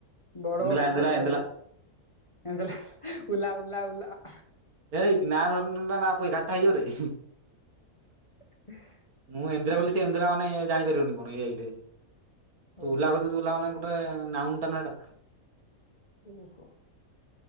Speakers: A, on the left (about 25°); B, on the right (about 75°).
A: ବଡ
B: ଏନ୍ଦେଲା
A: ବଡ
B: ଏନ୍ଦେଲା
A: କଥା ପଚାରବେ
B: ଏନ୍ଦେଲା
A: ଏନ୍ଦଲା ଉଲା ଉଲା ଉଲା
B: ଏଇକି ନାଁ ଧରନ ନା ପୁଇ ଘାଟା ହେଇଯିବରେ
A: <inaudible>
B: ମୁଁ ଏନ୍ଦେରା ବୋଲି ସେ ଇନ୍ଦେରା ମାନେ ଜାଣି ପାରିବନି <unintelligible>
A: ଓହୋ
B: ତୁ ଉଲା କଇଦଉ - ଯୁଲା ମାନେ ଗୋଟେ ନାଉଣ୍ଟା ନା ଟା
A: ଓହୋ